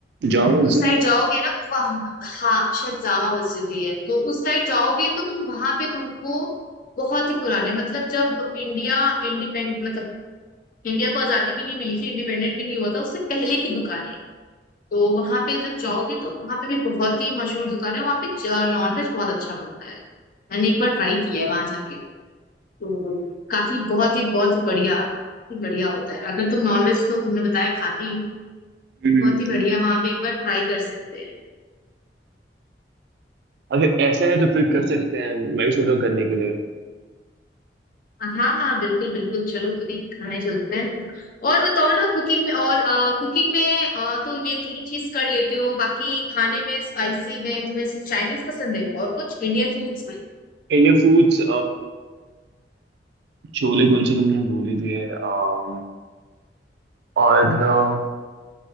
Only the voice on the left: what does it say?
उस साइड जाओगे ना तो वहाँ हाँ शायद जामा मस्जिद ही है तो उस साइड जाओगे तो तुम वहां पे तुमको बहुत ही पुराने मतलब जब इंडिया इंडिपेंड मतलब इंडिया को आजादी भी नहीं मिली थी इंडिपेंडेंट भी नहीं हुआ था उससे पहले की दुकानें तो वहां पे जब जाओगे तो वहां पे भी बहुत ही मशहूर दुकान है वहां पे नॉनवेज बहुत अच्छा मिलता है मैंने एक बार ट्राई किया है वहां जाके तो काफी बहुत ही बहुत ही बढ़िया ही बढ़िया होता है अगर तुम नॉनवेज तो तुमने बताया खाती हो
बहुत ही बढ़िया वहां पे एक बार ट्राई कर सकते हैं
हाँ हाँ बिल्कुल बिल्कुल चलो कभी खाने चलते हैं और बताओ ना कुकिंग में और कुकिंग में अ, तो ये तीन चीज कर लेते हो बाकी खाने में स्पाइसी में तुम्हें सिर्फ चाइनीज पसंद है और कुछ इंडियन फूड्स में